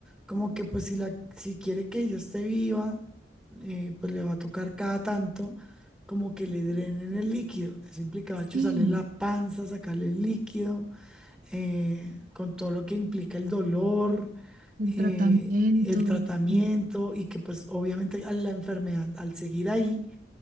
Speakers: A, in the centre; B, on the right.
A: como que pues si, la, si quiere que ella esté viva, eh, pues le va a tocar cada tanto como que le drenen el líquido. Eso implicaba chuzarle
B: Sí,
A: la panza, sacarle el líquido, eh, con todo lo que implica el dolor,
B: el
A: eh,
B: tratamiento.
A: el tratamiento
B: mm,
A: y que pues obviamente a la enfermedad al seguir ahí